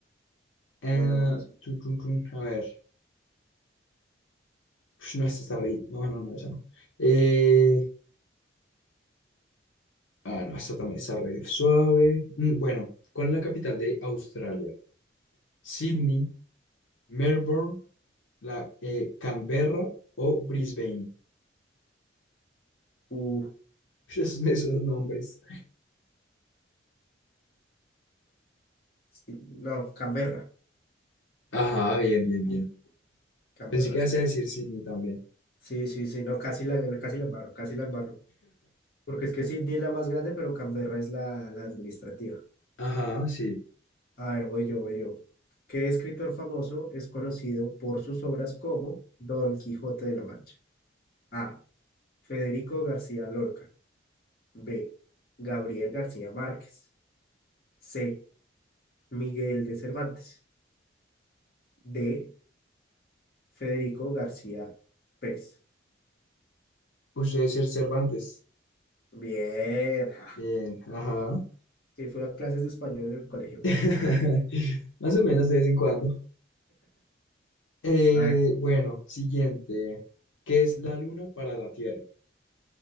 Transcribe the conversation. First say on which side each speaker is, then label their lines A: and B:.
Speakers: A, on the left; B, on the left.
A: Eh,
B: Bueno, vas.
A: tun, tun, tun, a ver. Ush, no, esta está re... No, no, no, esa no. Eh, Ah, no, esta también está re suave. Mm, Bueno, ¿cuál es la capital de Australia? ¿Sydney, Melbourne, la, eh, Canberra o Brisbane?
B: Uh,
A: <laughs> Esos, esos nombres.
B: sí, no, Canberra.
A: Ajá, bien, bien, bien.
B: Canberra,
A: Pensé que ibas
B: sí.
A: a decir Sydney también.
B: Sí, sí, sí, no, casi la, casi la embarro, casi la embarro. Porque es que Sydney es la más grande, pero Canberra es la, la administrativa.
A: Ajá, sí.
B: A ver, voy yo, voy yo. ¿Qué escritor famoso es conocido por sus obras como Don Quijote de la Mancha? A. Federico García Lorca. B. Gabriel García Márquez. C. Miguel de Cervantes. D. Federico García Pérez.
A: Usted debe ser Cervantes.
B: Bien. ja.
A: Bien, ajá.
B: Sí, fui a clases de español en el colegio,
A: <laughs>
B: pero ja.
A: Más o menos de vez en cuando. Eh,
B: A ver,
A: bueno, siguiente. ¿Qué es la luna para la Tierra?